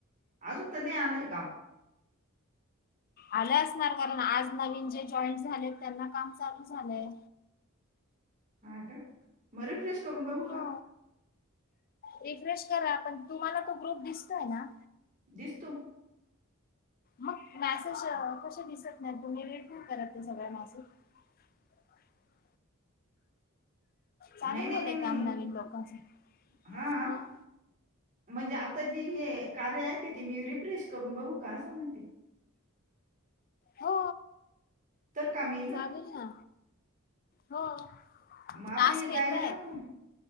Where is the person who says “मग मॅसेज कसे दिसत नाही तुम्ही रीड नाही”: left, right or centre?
Left